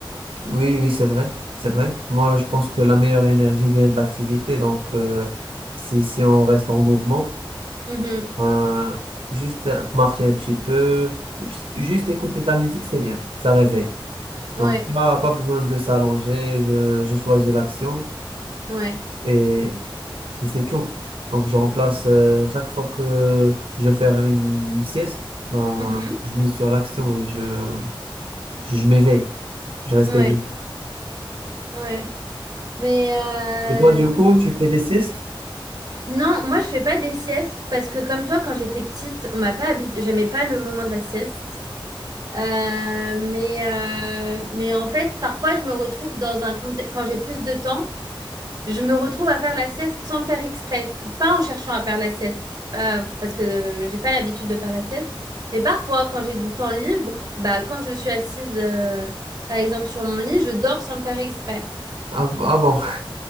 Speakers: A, on the right (about 80°); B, on the right (about 45°).
A: Oui, oui, c'est vrai, c'est vrai. Moi, je pense que la meilleure énergie vient de l'activité. Donc, euh, si, si on reste en mouvement,
B: Mhm.
A: ben, juste marcher un petit peu, ju- juste écouter de la musique, c'est bien. Ça réveille.
B: Ouais,
A: Donc,
B: ouais,
A: pas, pas besoin de s'allonger. Je, je choisis l'action.
B: ouais.
A: et et c'est tout. Donc, je remplace euh, chaque fois que je vais faire une, une sieste, bah,
B: Mhm.
A: je mise sur l'action et je, je, je m'éveille. Je reste
B: Ouais,
A: éveillé.
B: ouais. Mais euh,
A: Et toi, du coup, tu fais des siestes?
B: Non, moi je fais pas des siestes parce que comme toi, quand j'étais petite, on m'a pas habitué, j'aimais pas le moment de la sieste. Euh, mais, euh, mais en fait, parfois je me retrouve dans un contexte, quand j'ai plus de temps, je me retrouve à faire la sieste sans le faire exprès, pas en cherchant à faire la sieste, pas- parce que euh, j'ai pas l'habitude de faire la sieste. Mais parfois, quand j'ai du temps libre, bah quand je suis assise, euh, par exemple sur mon lit, je dors sans le faire exprès.
A: Ah, ah bon,